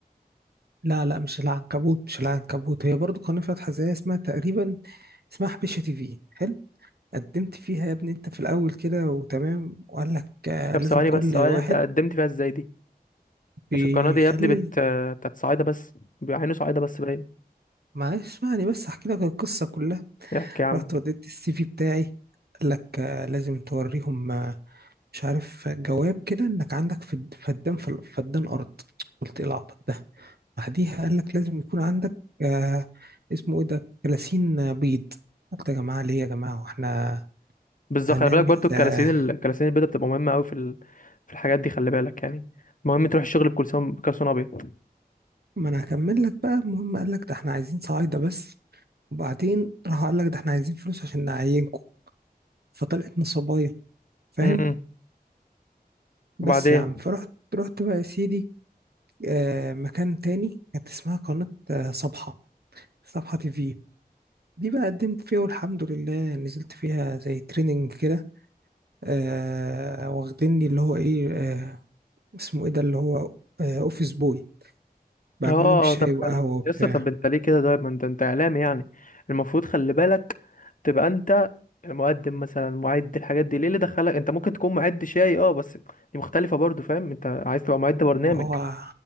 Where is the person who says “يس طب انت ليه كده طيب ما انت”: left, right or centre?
Left